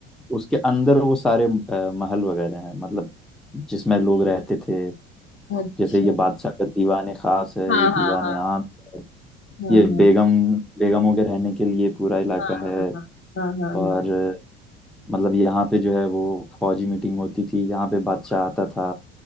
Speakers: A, in the centre; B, on the left (about 40°).
A: उसके अंदर वो सारे अ, महल वगैरह हैं मतलब जिसमें लोग रहते थे
B: अच्छा
A: जैसे ये बादशाह का दीवाने खास है
B: हाँ
A: ये दीवाने
B: हाँ हाँ
A: आम है
B: हाँ
A: ये बेगम बेगमों के रहने के लिए पूरा इलाका
B: हाँ हाँ
A: है
B: हाँ हाँ हाँ हाँ हाँ
A: और
B: हाँ।
A: मतलब यहाँ पे जो है वो फौजी मीटिंग होती थी यहाँ पे बादशाह आता था